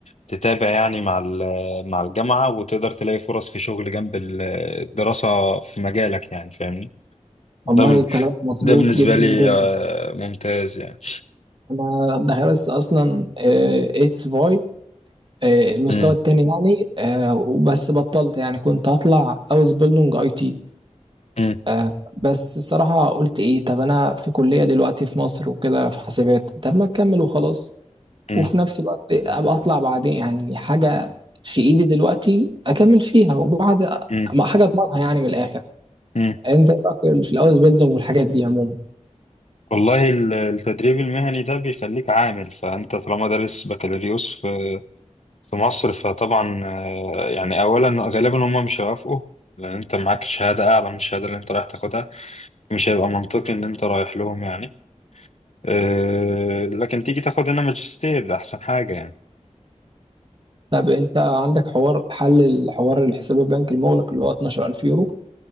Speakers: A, on the left; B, on the right.
A: تتابع يعني مع ال- مع الجامعة وتقدر تلاقي فرص في شغل جنب ال- الدراسة في مجالك يعني فاهمني؟ ده
B: والله كلامك مظبوط
A: ده بالنسبة
B: جدا
A: لي
B: جدا
A: آه، ممتاز يعني
B: انا درست اصلا اتس فاي المستوى
A: مم.
B: التاني يعني آه، وبس بطلت يعني كنت هطلع اوز بيلدونج اي تي
A: مم.
B: آه، بس الصراحة قلت إيه طب أنا في كلية دلوقتي في مصر وكده في حاسبات طب ما أكمل وخلاص
A: مم.
B: وفي نفس الوقت أبقى أطلع بعدين يعني حاجة في إيدي دلوقتي أكمل فيها وبعد
A: مم.
B: ما حاجة أضمنها يعني من الآخر
A: مم.
B: أنت بقى في الأوز بيلدونج والحاجات دي عموما
A: والله ال- التدريب المهني ده بيخليك عامل فأنت طالما دارس بكالوريوس في في مصر فطبعا آه، يعني أولا غالبا هم مش هيوافقوا لأن أنت معاك شهادة أعلى من الشهادة اللي أنت رايح تاخدها مش هيبقى منطقي إن أنت رايح لهم يعني آه، لكن تيجي تاخد هنا ماجستير ده أحسن حاجة يعني
B: طب أنت عندك حوار حل الحوار الحساب البنكي المغلق اللي هو 12000 يورو